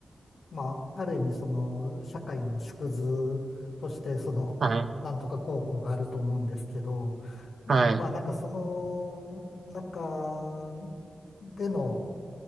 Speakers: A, on the left; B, on the right.
A: まあ、ある意味、その、社会の縮図として、その、
B: はい、
A: なんとか高校があると思うんですけど、
B: はい、
A: まあ、なんかその中での、